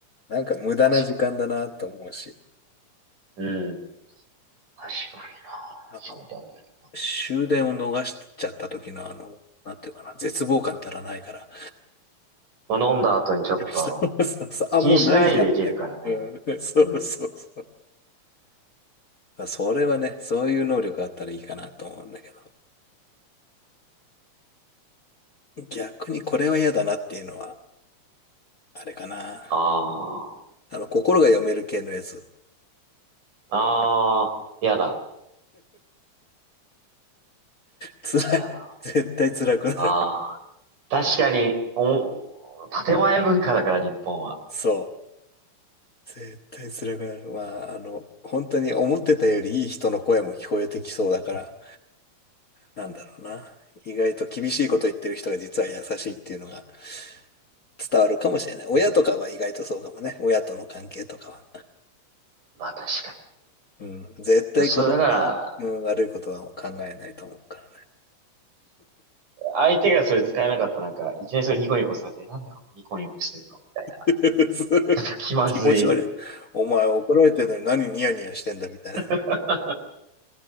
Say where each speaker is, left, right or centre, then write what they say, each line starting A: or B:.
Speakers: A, on the left (about 50°); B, on the right (about 80°).
A: なんか無駄な時間だなと思うし、
B: 確かにうん。確かにな。
A: あの、
B: そうだね。
A: 終電を逃しちゃった時のあの、なんていうかな、絶望感たらないから、
B: まあ、飲んだ後にちょっと
A: そうそうそう。あ、
B: 気にしないでいけるからね。
A: もうないじゃん、みたいな。うん、そうそうそう。
B: うん。
A: まあ、それはね、そういう能力があったらいいかなと思うんだけど。逆にこれは嫌だなっていうのは、あれかな。
B: あ
A: あの、心が読める系のやつ。
B: あ、ああ、やだ、
A: 辛い。
B: やだ。
A: 絶対辛くなる。
B: ああ、確かに、お、建前文化だから日本は。
A: そう。絶対辛くなる。まあ、あの、本当に思ってたよりいい人の声も聞こえてきそうだから、なんだろうな。意外と厳しいこと言ってる人が実は優しいっていうのが伝わるかもしれない。親とかは意外とそうかもね。親との関係とかは。
B: まあ確か
A: うん、絶対子供に、
B: に。それだから、
A: うん、悪いことは考えないと思うから
B: 相手がそれ使えなかったらなんか、いきなりそれニコニコされて、なんでこのニコニコしてるのみたいな。
A: ね。<laughs>
B: <laughs> ちょっと気まずい。
A: 気持ち悪い。お前怒られてるのに何ニヤニヤしてんだみたいな。
B: <laughs>